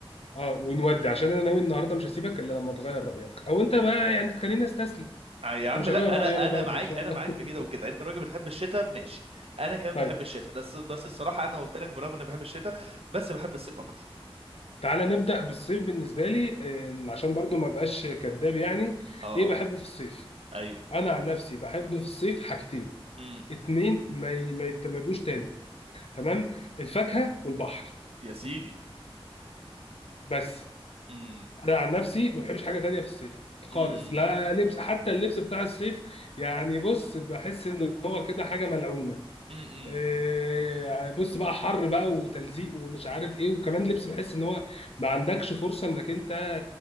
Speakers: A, on the left; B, on the right.
A: اه ونودي عشان انا ناوي النهارده مش هسيبك الا لما تغير رايك او انت بقى يعني تخليني استسلم
B: آه يا عم
A: ومش
B: لا
A: هغير رايي
B: انا انا
A: انا برضه
B: معاك
A: ان شاء
B: انا
A: الله
B: معاك في كده
A: <laughs>
B: وكده انت راجل بتحب الشتاء ماشي انا كمان
A: طيب
B: بحب الشتاء بس بس الصراحه انا قلت لك برغم اني بحب الشتاء بس بحب الصيف اكتر
A: تعالى نبدا بالصيف بالنسبه لي آه، عشان برضه ما بقاش كذاب يعني
B: اه
A: ايه بحبه في الصيف
B: ايوه
A: انا عن نفسي بحب في الصيف حاجتين
B: امم
A: اتنين ما ي... ما يتملوش تاني تمام الفاكهه والبحر
B: يا سيدي
A: بس
B: امم
A: انا عن نفسي ما بحبش حاجه تانية في الصيف خالص
B: امم
A: لا لبس حتى اللبس بتاع الصيف يعني بص بحس ان هو كده حاجه ملعونه
B: امم
A: إيه، بص بقى حر بقى وتلزيق ومش عارف ايه وكمان لبس بحس ان هو ما عندكش فرصه انك انت